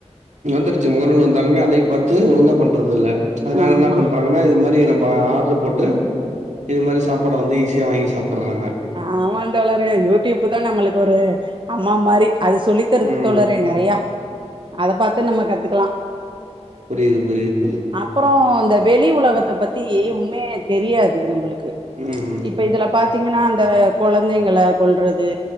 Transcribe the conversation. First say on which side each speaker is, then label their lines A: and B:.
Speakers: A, on the right (about 80°); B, on the right (about 45°).
A: வந்துருச்சு முகநூல் வந்து இப்வுமே அதையு பார்த்து ஒழுங்கா பண்றதுல்ல அதனால
B: ஆமா
A: என்ன பண்றாங்கனா இது மாரி நம்ப ஆர்டர் போட்டு இது மாரி சாப்பாட வந்து ஈஸியா வாங்கி சாப்பர்றாங்க
B: ஆமாந் தோழரு யூ டியூப் தா நம்மளுக்கு ஒரு அம்மா மாரி அது சொல்லித்தருது
A: ம்
B: தோழரே நெறையா அத பாத்து நம்ம கத்துக்கலா
A: புரிது புரிது சொல்லு
B: அப்பறோ இந்த வெளி உலகத்த பத்தி உண்மையே தெரியாது நம்புளுக்கு
A: ம்
B: ச்இப்ப இதுல பாத்தீங்கனா அந்த கொழந்தைங்கள கொல்றது